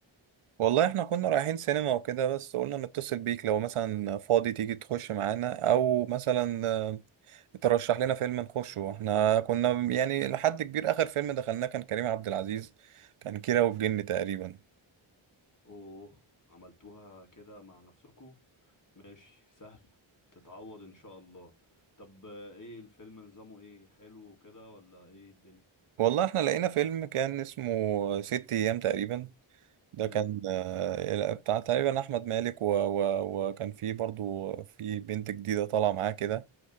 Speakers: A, on the right (about 85°); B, on the left (about 40°).
A: والله احنا كنا رايحين سينما وكده بس قلنا نتصل بيك لو مثلا فاضي تيجي تخش معانا او مثلا آه، ترشح لنا فيلم نخشه احنا كنا يعني لحد كبير اخر فيلم دخلناه كان كريم عبد العزيز كان كيرة والجن تقريبا
B: اوه عملتوها كده مع نفسكوا ماشي سهلة تتعوض ان شاء الله طب آه، ايه الفيلم نظامه ايه حلو وكده ولا ايه الدنيا
A: والله احنا لقينا فيلم كان اسمه ست ايام تقريبا ده
B: امم
A: كان آه، بتاع تقريبا احمد مالك و... و... وكان في برضو في بنت جديده طالعه معاه كده